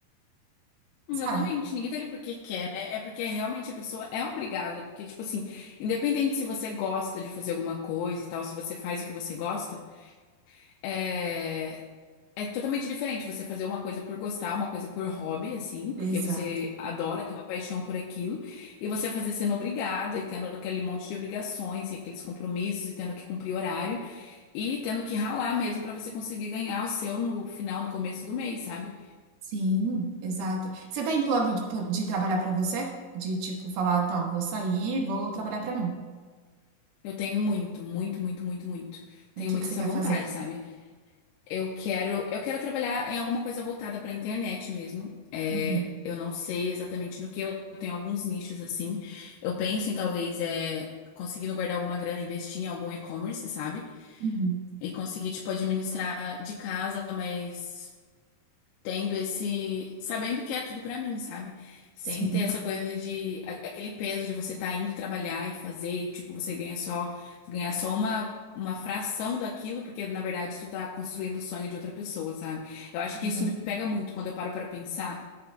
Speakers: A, on the left (about 80°); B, on the right (about 75°).
A: Exatamente,
B: sabe?
A: ninguém tá ali porque quer, né? É porque realmente a pessoa é obrigada. Porque, tipo assim, independente se você gosta de fazer alguma coisa e tal, se você faz o que você gosta, é. É totalmente diferente você fazer uma coisa por gostar, uma coisa por hobby, assim, porque
B: Exato.
A: você adora, tem uma paixão por aquilo, e você fazer sendo obrigado e tendo aquele monte de obrigações e aqueles compromissos e tendo que cumprir horário e tendo que ralar mesmo pra você conseguir ganhar o seu no final, no começo do mês, sabe?
B: Sim, exato. Você tem plano de, de trabalhar pra você? De tipo falar, não, vou sair, vou trabalhar pra mim.
A: Eu tenho muito, muito, muito, muito, muito. Tenho
B: E o que
A: muito
B: que você
A: essa
B: quer
A: vontade,
B: fazer?
A: sabe? Eu quero, eu quero trabalhar em alguma coisa voltada para a internet mesmo. É,
B: Uhum.
A: eu não sei exatamente no que eu tenho alguns nichos assim. Eu penso em talvez é, conseguindo guardar alguma grana, investir em algum e-commerce, sabe?
B: Uhum.
A: E conseguir tipo administrar de casa, mas tendo esse, sabendo que é tudo pra mim, sabe? Sem
B: Sim,
A: ter essa coisa de a- aquele peso de você tá indo trabalhar e fazer, e, tipo, você ganha só, ganhar só uma uma fração daquilo, porque na verdade tu tá construindo o sonho de outra pessoa, sabe? Eu acho
B: exato.
A: que isso me pega muito quando eu paro pra pensar,